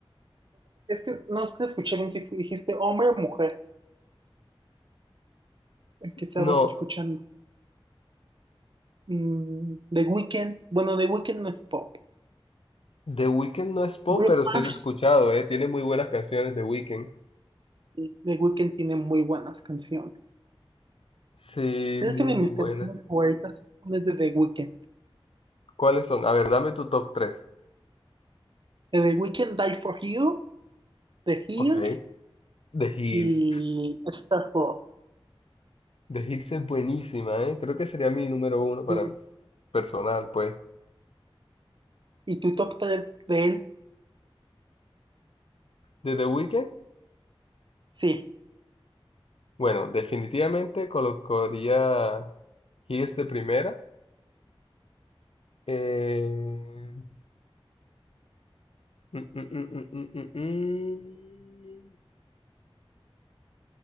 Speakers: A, on the right; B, on the left.
A: Es que no te escuché bien si fu- dijiste hombre o mujer, el que estabas
B: No,
A: escuchando. Mm, The Weeknd, bueno, The Weeknd no es pop.
B: The Weeknd no es pop,
A: Bruno
B: pero sí
A: Mars,
B: lo he escuchado, eh. Tiene muy buenas canciones The Weeknd.
A: sí, The Weeknd tiene muy buenas canciones.
B: Sí,
A: Creo
B: muy,
A: que de
B: muy
A: mis
B: buenas.
A: canciones favoritas son las de The Weeknd.
B: ¿Cuáles son? A ver, dame tu top tres
A: De The Weeknd, Die for You, The Hills
B: Ok. The Hills.
A: y Starfall.
B: The Hills es buenísima, ¿eh? Creo que sería mi número uno para
A: Y,
B: personal, pues.
A: y tu top 3 de él,
B: De The Weeknd,
A: sí.
B: bueno, definitivamente colocaría Hills de primera. Eh, Mm, mm, mm, mm, mm, mm, mm.